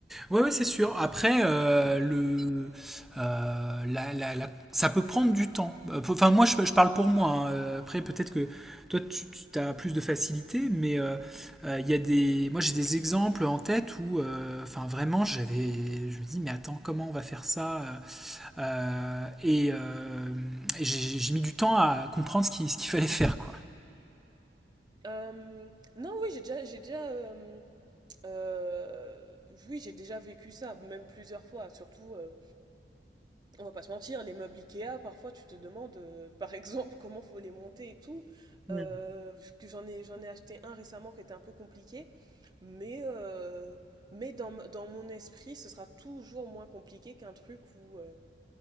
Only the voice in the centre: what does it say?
ouais, ouais, c'est sûr. Après, euh, le, euh, la- la- la- ça peut prendre du temps. Euh, pour- Enfin, moi, je, je parle pour moi. hein. Euh, Après, peut-être que toi, tu, as plus de facilité, mais euh, euh, il y a des, moi, j'ai des exemples en tête où, euh, enfin, vraiment, j'avais, je me dis, mais attends, comment on va faire ça? Euh, euh, et euh, et j'ai j'ai mis du temps à comprendre ce qu'il ce qu'il fallait faire, quoi.
Mm,